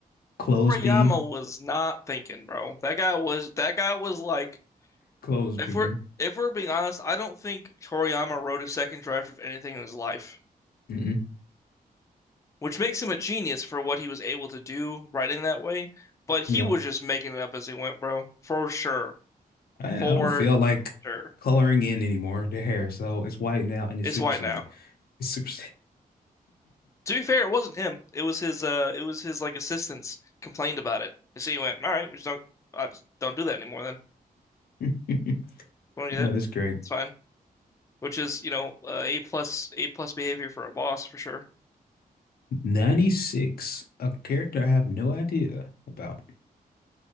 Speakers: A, on the left (about 80°); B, on the left (about 20°).
A: clothes
B: Toriyama
A: beam,
B: was not thinking, bro. That guy was that guy was like
A: clothes beam.
B: If we're if we're being honest, I don't think Toriyama wrote a second draft of anything in his life,
A: Mm-mm.
B: which makes him a genius for what he was able to do writing that way. But he
A: Yeah.
B: was just making it up as he went, bro. For sure.
A: I,
B: For
A: I don't feel like
B: sure.
A: coloring in anymore the hair, so it's white now and it's
B: It's
A: super
B: white
A: saiyan.
B: now.
A: It's super
B: To be fair, it wasn't him. It was his uh it was his like assistants complained about it. so he went, All right, we just don't I just don't do that anymore then.
A: saiyan. <laughs>
B: Don't do that.
A: Oh, that's great.
B: It's fine. Which is, you know, uh, A plus A plus behavior for a boss for sure.
A: 96, a character I have no idea about.